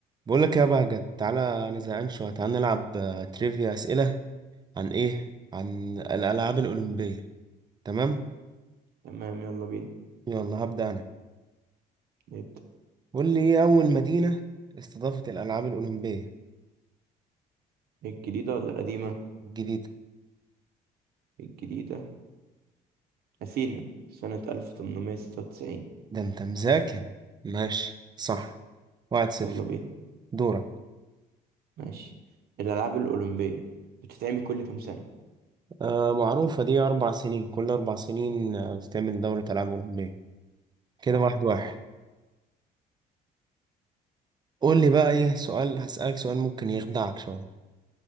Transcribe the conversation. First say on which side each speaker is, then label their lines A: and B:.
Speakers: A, on the right; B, on the right.
A: بقول لك يا بهجت تعالى انا زهقان شويه تعالى نلعب آه، تريفيا اسئله عن ايه عن الالعاب الاولمبيه تمام
B: تمام يلا بينا
A: يلا هبدا انا
B: نبدأ
A: قول لي ايه اول مدينه استضافت الالعاب الاولمبيه
B: الجديدة ولا القديمة
A: الجديده
B: الجديدة أثينا سنة 1896
A: ده انت مذاكر ماشي صح واحد صفر
B: يلا بينا
A: دورك
B: ماشي الألعاب الأولمبية بتتعمل كل كام سنة
A: آه معروفه دي اربع سنين كل اربع سنين آه، بتعمل دوره العاب اولمبيه كده
B: صح
A: واحد واحد قول لي بقى ايه سؤال هسألك سؤال ممكن يخدعك شويه